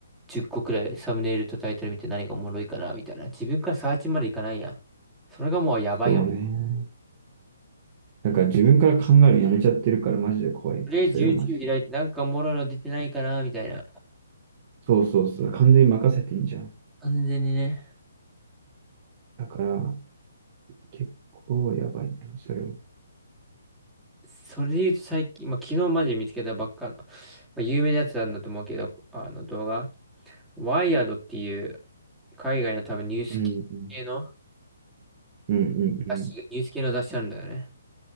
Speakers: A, in the centre; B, on the right.
A: 10個くらいサムネイルとタイトル見て何がおもろいかなみたいな。自分からサーチまでいかないやん。それがもうやばいよね。
B: そうね。なんか自分から考えるのやめちゃってるからマジで怖い。
A: とりあえず
B: それはマジで。
A: YouTube 開いてなんかおもろいの出てないかなみたいな。
B: そうそうそう。完全に任せてんじゃん。
A: 完全にね。
B: だから、結構やばいな、それは。
A: それで言うと最近、まあ、昨日まで見つけたばっかの、まあ、有名なやつなんだと思うけど、あの動画。ワイヤードっていう海外の多分ニュース系の
B: うん、うん、うん、うん、うん、
A: 雑誌、ニュース系の雑誌あるんだよね。